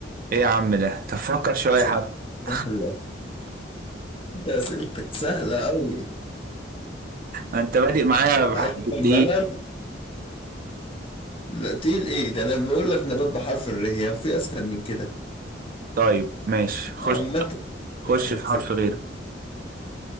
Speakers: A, on the right; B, on the left.
A: يا عم ده تفكر شوية
B: سهلة
A: حبة <laughs>
B: سهلة أنت أسئلتك سهلة أوي
A: انت بادئ معايا بحرف
B: عايز تعمل
A: الت
B: بلد لا تقيل إيه ده أنا بقول لك نبات بحرف الر هي في أسهل من كده
A: طيب ماشي خش
B: عامة
A: خش
B: واحد
A: في
B: صفر
A: حرف غيره